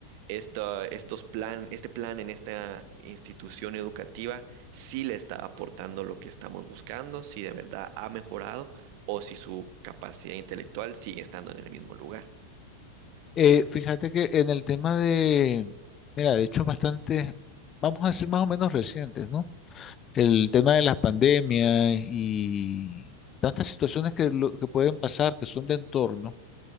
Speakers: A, on the right; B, on the left.
A: esta- estos plan, este plan en esta institución educativa sí le está aportando lo que estamos buscando, si de verdad ha mejorado o si su capacidad intelectual sigue estando en el mismo lugar.
B: Eh, fíjate que en el tema de, mira, de hecho bastante, vamos a decir más o menos recientes, ¿no? el tema de las pandemias y tantas situaciones que, lo- que pueden pasar, que son de entorno,